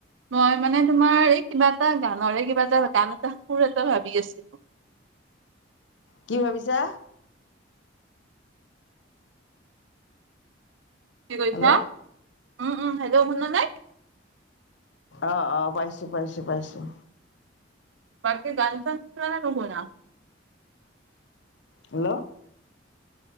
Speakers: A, on the right (about 85°); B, on the left (about 70°).
A: মই মানে তোমাৰ এই কিবা এটা গানৰে কিবা এটা গান এটা সোৰ এটা ভাবি আছিলো।
B: কি ভাবিছা?
A: কি কৈছা,
B: হেল্ল'
A: উম উম হেল্ল' শুনা নাই?
B: অঁ অঁ, পাইছোঁ পাইছোঁ পাইছোঁ।
A: বাকে গান চা নহুনা <unintelligible>
B: হেল্ল'।